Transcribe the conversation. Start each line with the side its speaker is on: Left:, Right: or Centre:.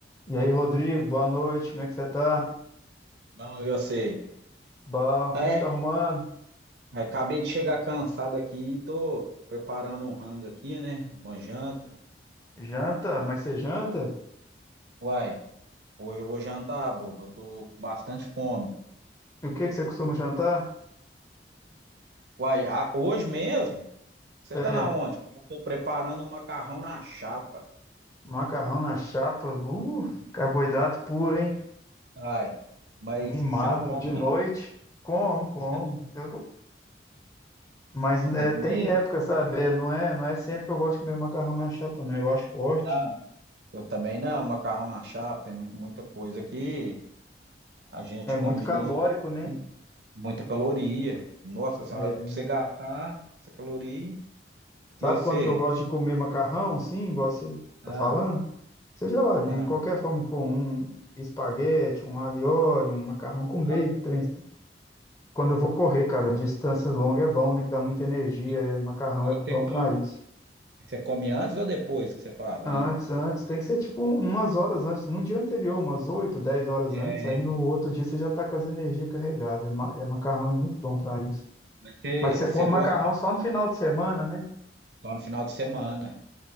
Left: E aí, Rodrigo, boa noite, como é que você tá?
Right: Bom, eu sei.
Left: Bom, o que
Right: É,
Left: que você tá arrumando?
Right: acabei de chegar cansado aqui e tô preparando um rango aqui, né? Uma janta.
Left: Janta? Mas você janta?
Right: Uai, hoje eu vou jantar, bobo. Eu tô com bastante fome.
Left: E o que que você costuma jantar?
Right: Uai, a- hoje mesmo? Você
Left: É,
Right: tá na onde? Porque Eu tô preparando um macarrão na chapa.
Left: macarrão na chapa, uh,
Right: Ih,
Left: carboidrato puro, hein?
Right: Ai, mas
Left: Animado,
Right: você não come,
Left: de noite,
Right: não?
Left: como, como.
Right: Você não...
Left: Eu go- mas
Right: Você
Left: né,
Right: tem comigo?
Left: tem época, sabe? É, não é, não é sempre que eu gosto de comer macarrão na chapa, não. Eu acho forte.
Right: Não. Eu também não. Macarrão na chapa, tem muita coisa que a gente
Left: É muito
Right: come de
Left: calórico,
Right: vez em quando.
Left: né?
Right: né? muita caloria. Nossa senhora,
Left: É,
Right: pra você gastar essa caloria.
Left: Sabe
Right: E você?
Left: quando que eu gosto de comer macarrão, assim, igual você tá
Right: Ah,
Left: falando? Seja lá, em
Right: ah,
Left: qualquer forma que for, um espaguete, um alho e óleo, um macarrão com bacon,
Right: ah.
Left: trem assim. Quando eu vou correr, cara, distância longa é bom, né? Que dá muita energia,
Right: Aí
Left: é- macarrão
Right: aí
Left: é bom
Right: você come,
Left: pra isso.
Right: você come antes ou depois que você fala?
Left: Antes,
Right: Antes.
Left: antes, tem que ser tipo umas horas antes, no dia anterior, umas oito, dez horas
Right: É,
Left: antes, aí no outro dia você já tá com as energias carregadas. É, ma- é macarrão é muito bom pra isso.
Right: você,
Left: Mas você
Right: você
Left: come
Right: gosta
Left: macarrão
Right: de
Left: só no final de semana, né?
Right: só no final de semana.